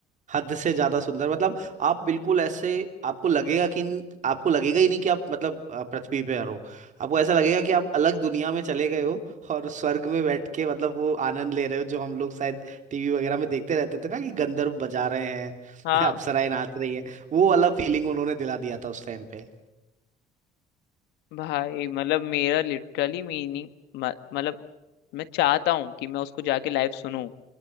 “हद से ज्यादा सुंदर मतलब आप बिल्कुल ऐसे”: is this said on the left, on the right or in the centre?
Right